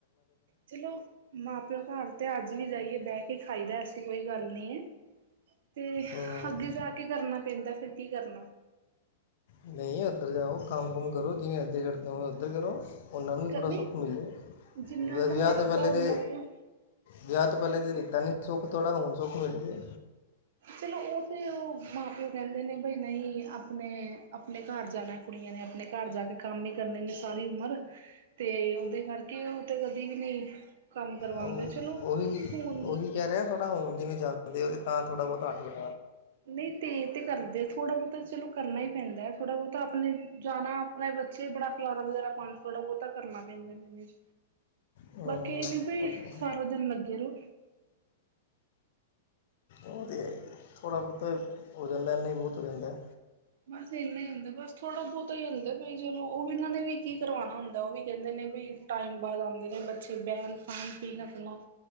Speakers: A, on the right (about 65°); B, on the left (about 55°).
A: ਚਲੋ ਮਾਂ ਪਿਓ ਘਰ ਤੇ ਅੱਜ ਵੀ ਜਾਈਏ, ਬਹਿ ਕੇ ਖਾਈਦਾ ਐਸੀ ਕੋਈ ਗੱਲ ਨੀ ਐ, ਤੇ
B: ਹਾਂ
A: ਅੱਗੇ ਜਾ ਕੇ ਕਰਨਾ ਪੈਂਦਾ ਫਿਰ ਕੀ ਕਰਨਾ
B: ਨਹੀਂ ਉੱਧਰ ਜਾਓ, ਕੰਮ ਕੁਮ ਕਰੋ ਜਿਵੇਂ ਇੱਧੇ ਕਰਦੇ ਹੋ ਉੱਧਰ ਕਰ ਰਹੋ, ਉਹਨਾਂ ਨੂੰ ਵੀ ਥੋੜ੍ਹਾ
A: ਨਹੀਂ
B: ਸੁੱਖ ਮਿਲੇ
A: ਜਿੰਨਾ ਕੁ
B: ਵਿਆਹ
A: ਹੋ
B: ਤੋਂ
A: ਸਕਦਾ
B: ਪਹਿਲੇ
A: ਓਨਾ
B: ਤੇ
A: ਕੁ
B: ਵਿਆਹ ਤੋਂ ਪਹਿਲੇ ਤਾਂ ਦਿੱਤਾ ਨਹੀਂ ਸੁੱਖ ਥੋੜਾ ਹੁਣ ਸੁੱਖ ਮਿਲ ਜੇ
A: ਚਲੋ, ਉਹ ਤੇ ਉਹ ਮਾਂ ਪਿਓ ਕਹਿੰਦੇ ਨੇ ਬਈ ਨਹੀਂ ਆਪਣੇ-ਆਪਣੇ ਘਰ ਜਾਣਾ ਕੁੜੀ ਨੇ ਆਪਣੇ ਘਰ ਜਾ ਕੇ ਕੰਮ ਹੀ ਕਰਨੇ ਨੇ ਸਾਰੀ ਉਮਰ, ਤੇ ਉਹਦੇ ਕਰਕੇ ਉਥੇ ਕਦੀ ਵੀ ਨਹੀਂ ਕੰਮ ਕਰਵਾਦੇ
B: ਉਹ
A: ਚਲੋ
B: ਉਹੀ
A: ਹੁਣ
B: ਉਹੀ ਕਹਿ ਰਿਹਾ ਥੋੜਾ ਹੋਰ ਜਿਵੇਂ, ਜਾਂਦੇ ਉਹ ਤਾਂ ਥੋੜਾ ਬਹੁਤ ਅੱਠ ਵਜੇ
A: ਨਹੀਂ ਤੇ ਇਹ ਤੇ ਕਰਦੇ ਆ ਥੋੜਾ ਬਹੁਤਾ ਚਲੋ, ਕਰਨਾ ਹੀ ਪੈਂਦਾ ਥੋੜਾ ਬਹੁਤਾ ਆਪਣੇ ਜਾਣਾ, ਆਪਣੇ ਬੱਚੇ ਬੜਾ ਖਲਾਰਾ ਵਗੈਰਾ ਪਾਣਾ ਥੋੜਾ ਬਹੁਤਾ ਕਰਨਾ ਪੈਂਦਾ ਮੈਨੇਜ,
B: ਹੂੰ
A: ਬਾਕੀ
B: ਉਹ
A: ਇਹ ਨੀ ਵੀ
B: ਤਾਂ-
A: ਸਾਰਾ ਦਿਨ ਲੱਗੇ ਰਹ
B: ਉਹ ਤੇ ਐ ਥੋੜ੍ਹਾ ਬਹੁਤਾ ਹੋ ਜਾਂਦਾ ਨਹੀਂ ਬਹੁਤ ਹੋ ਜਾਂਦਾ
A: ਬਸ ਇੰਨਾ ਹੀ ਹੁੰਦਾ ਬਸ ਥੋੜਾ ਬਹੁਤਾ ਹੀ ਹੁੰਦਾ ਵੀ ਚਲੋ ਉਹ ਵੀ ਇਹਨਾਂ ਨੇ ਵੀ ਕੀ ਕਰਵਾਣਾ ਹੁੰਦਾ ਉਹ ਵੀ ਕਹਿੰਦੇ ਨੇ ਵੀ ਟਾਈਮ ਬਾਅਦ ਆਂਦੇ ਨੇ ਬੱਚੇ ਬੈਣ ਖਾਣ-ਪੀਣ ਆਪਣਾ